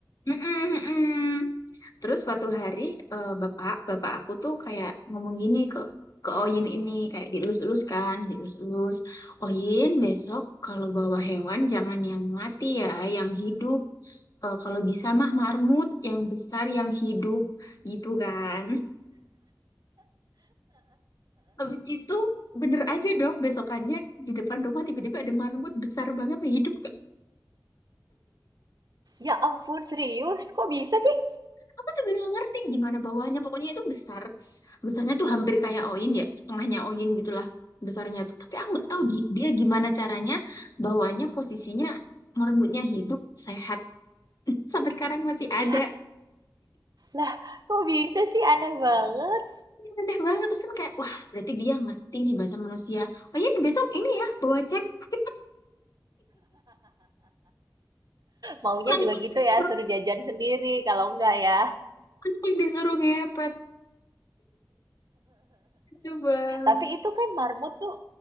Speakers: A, on the left; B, on the right.
A: mm Terus suatu hari eh, bapak bapak aku tuh kayak ngomong gini ke ke Oyin ini kayak dielus-elus kan, dielus-elus. Oyin besok kalau bawa hewan jangan yang mati ya, yang hidup. Eh, kalau bisa mah marmut yang besar yang hidup gitu kan. <laughs> Habis itu bener aja dong besokannya di depan rumah tiba-tiba ada marmut besar banget tuh, hidup
B: Ya ampun, serius? Kok bisa sih?
A: aku juga nggak ngerti gimana bawahnya pokoknya itu besar besarnya tuh hampir kayak oyin ya setengahnya oyin gitulah besarnya tuh tapi aku nggak tahu gi- dia gimana caranya bawahnya posisinya merengutnya hidup sehat sampai sekarang masih ada
B: Lah, lah, kok bisa sih? Aneh banget.
A: Ini aneh banget terus kan kayak wah berarti dia ngerti nih bahasa manusia oh iya besok ini ya bawa cek <laughs>
B: Maunya
A: langsung
B: juga gitu
A: disuruh
B: ya, suruh jajan sendiri kalau enggak ya.
A: langsung disuruh ngepet coba
B: Tapi itu kan marmut tuh